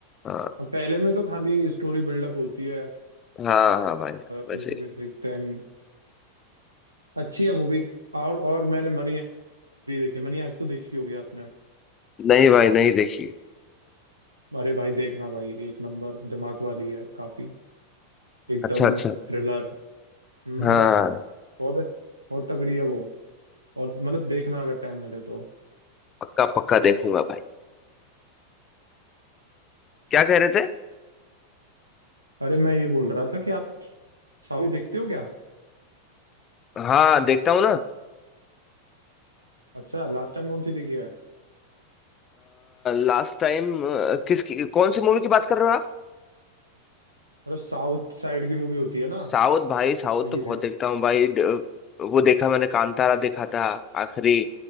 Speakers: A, on the left; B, on the right.
A: हाँ
B: अब पहले में तो खाली स्टोरी बिल्डअप होती है
A: हाँ हाँ भाई वैसे
B: बेसिक
A: ही।
B: बेसिक देन अच्छी है वो भी और और मैंने मनी भी देखी मनी आज तो देखी होगी आपने
A: नहीं भाई नहीं देखी
B: अरे भाई देखना भाई एक नंबर दिमाग वाली है काफी एकदम
A: अच्छा अच्छा
B: थ्रिलर हम्म
A: हाँ
B: बहुत बहुत तगड़ी है वो और मतलब देखना अगर टाइम मिले तो
A: पक्का पक्का देखूंगा भाई क्या कह रहे थे
B: अरे मैं ये बोल रहा था कि आप साउथ देखते हो क्या
A: हाँ देखता हूँ ना
B: अच्छा लास्ट टाइम कौन सी देखी है
A: लास्ट टाइम किसकी कौन सी मूवी की बात कर रहे हो आप
B: अरे साउथ साइड की मूवी होती है ना
A: साउथ भाई साउथ
B: ये
A: तो बहुत देखता हूँ भाई ड- वो देखा मैंने कांतारा देखा था आखिरी